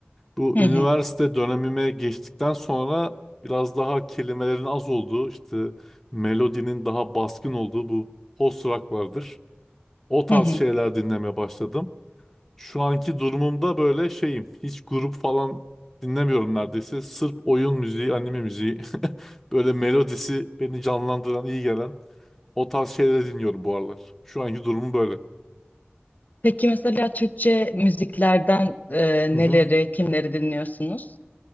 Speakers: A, in the centre; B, on the left (about 45°).
A: Bu
B: hı hı,
A: üniversite dönemime geçtikten sonra biraz daha kelimelerin az olduğu, işte melodinin daha baskın olduğu bu post rock vardır. O tarz
B: hı hı.
A: şeyler dinlemeye başladım. Şu anki durumumda böyle şeyim. Hiç grup falan dinlemiyorum neredeyse. Sırf oyun müziği, anime müziği, <laughs> böyle melodisi beni canlandıran, iyi gelen o tarz şeyleri dinliyorum bu aralar. Şu anki durumum böyle.
B: Peki mesela Türkçe müziklerden e,
A: Hı
B: neleri,
A: hı.
B: kimleri dinliyorsunuz?